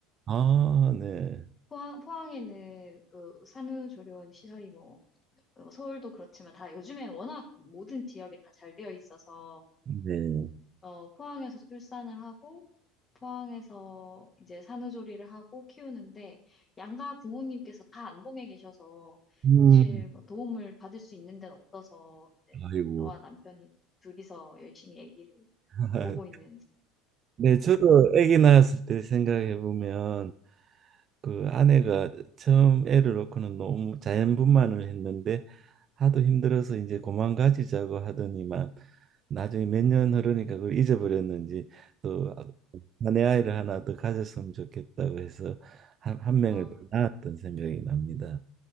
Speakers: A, on the right; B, on the left.
A: 아, 네.
B: 포항, 포항에는 그 산후조리원 시설이 뭐, 어, 서울도 그렇지만 다 요즘에 워낙 모든 지역에 다 잘 되어 있어서
A: 네.
B: 어, 포항에서 출산을 하고, 포항에서 이제 산후조리를 하고 키우는데, 양가 부모님께서 다 안봉에 계셔서,
A: 음.
B: 사실 뭐 도움을 받을 수 있는 데는 없어서, 이제
A: 아이고.
B: 저와 남편이 둘이서 열심히 아기를
A: <laughs>
B: 보고 있는.
A: 네, 저도 아기 낳았을 때 생각해 보면 그 아내가 처음 애를 낳고는 너무 자연분만을 했는데 하도 힘들어서 이제 고만 가지자고 하더니만 나중에 몇 년 흐르니까 그걸 잊어버렸는지 또 아내 아이를 하나 더 가졌으면 좋겠다고 해서 한, 한 명을
B: 어,
A: 더 낳았던 생각이 납니다.